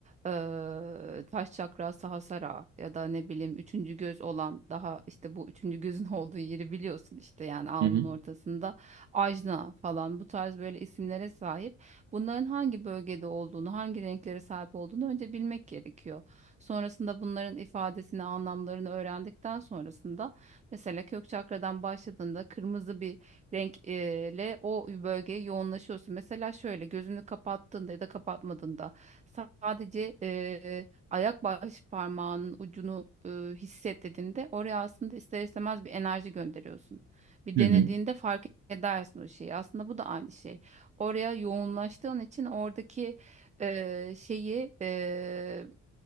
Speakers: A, on the right; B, on the right.
A: e, taş çakra, Sahasara ya da ne bileyim üçüncü göz olan daha işte bu üçüncü gözün <laughs> olduğu yeri biliyorsun işte yani alnın
B: hı hı,
A: ortasında Ajna falan bu tarz böyle isimlere sahip bunların hangi bölgede olduğunu, hangi renklere sahip olduğunu önce bilmek gerekiyor. Sonrasında bunların ifadesini, anlamlarını öğrendikten sonrasında mesela kök çakradan başladığında kırmızı bir renkle o bölgeye yoğunlaşıyorsun. Mesela şöyle gözünü kapattığında ya da kapatmadığında sadece e, ayak baş parmağının ucunu e, hisset dediğinde oraya aslında ister istemez bir enerji gönderiyorsun. Bir
B: hı
A: denediğinde
B: hı.
A: fark edersin o şeyi. Aslında bu da aynı şey oraya yoğunlaştığın için oradaki eee, şeyi eee,